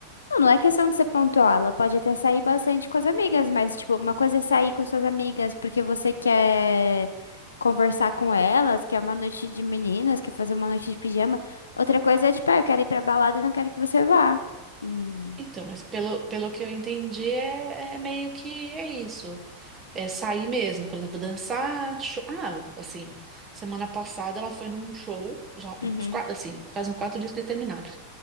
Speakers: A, on the left (about 70°); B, on the right (about 25°).
A: Não, não é questão de ser pontuar, ela pode até sair bastante com as amigas, mas, tipo, uma coisa é sair com suas amigas porque você quer conversar com elas, quer uma noite de meninas, quer fazer uma noite de pijama. Outra coisa é, tipo, ah, eu quero ir pra balada e não quero que você vá. Hum.
B: Então, mas pelo, pelo que eu entendi, é, é meio que é isso. É sair mesmo, por exemplo, dançar. cho- Ah, assim, semana passada ela foi num show, já
A: Uhum.
B: uns quatro, assim, faz uns quatro dias que eles terminaram.